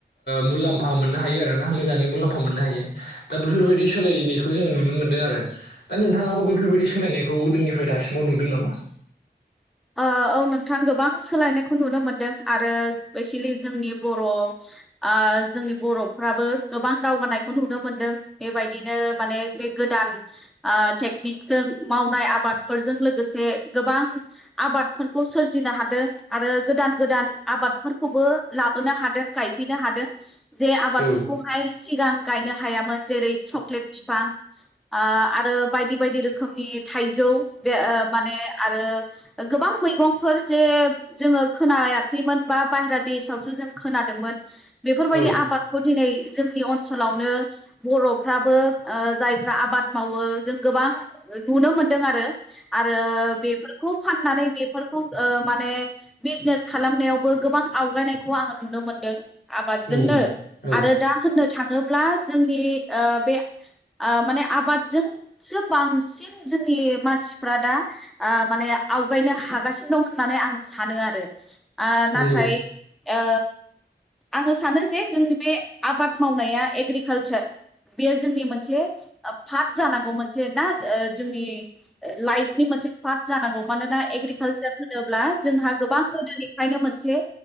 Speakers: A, on the left (about 75°); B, in the centre.
A: मुलाम्फा मोननो हायो आरोना मोजाङै मुलाम्फा मोननो हायो दा बेफोरबायद गनायखौ जोङो नुनो मोन्दों आरो दा नोंथाङाबो बैफोरबायदि सोलायनायखौ गोदोनिफ्राय दासिमाव नुदों नामा? <inaudible>
B: ओ औ नोंथां गोबां सोलायनायखौ नुनो मोनदों आरो स्पेसियेलि जोंनि बर' आ जोंनि बर'फ्राबो गोबां दावगानायखौ नुनो मोनदों बेबायदिनो माने बे गोदान आ टेकनिकजों मावनाय आबादफोरजों लोगोसे गोबां आबादफोरखौ सोरजिनो हादों आरो गोदान गोदान आबादफोरखौबो लाबोनो हादों गाइद फैनो हादों। जे आबादफोरखौहाय
A: औ
B: सिगां गायनो हायामोन जेरै चक्लेट फिफां आं आरो बायदि बायदि रोखोमनि थाइजौ बे ओ माने आरो गोबां मैगंफोर जे जोङो खोनायाखैमोन बा बाहेरा देशावसो जों खोनादोंमोन। बेफोरबायदि
A: औ
B: आबादखौ दिनै जोंनि अनसलावनो बर'फ्राबो जायफ्रा आबाद मावो जों गोबां नुनो मोनदों आरो आरो बेफोरखौ फाननानै बेफोरखौ माने बिजनेस खालामनायावबो गोबां आवगायनायखौ आङो नुनो मोनदों। आबादजोंनो
A: उम औ
B: आरो दा होननो थाङो ब्ला जोंनि ओ बे माने आबादजोंसो बांसिन जोंनि बे मानसिफ्रा ओ दा माने आवगायनो हागासिनो दं होननानै आं सानो आरो ओ नाथाय
A: नंगौ
B: ओ आङो सानो जे जोंनि बे आबाद मावनाया एग्रिकालसार बेयो जोंनि मोनसे पार्थ जानांगौ मोनसे ना जोंनि लाइफनि मोनसे फार्थ जानांगौ मानोना एग्रिकालसार होनोब्ला जोंहा गोबां गोदोनिफ्रायनो मोनसे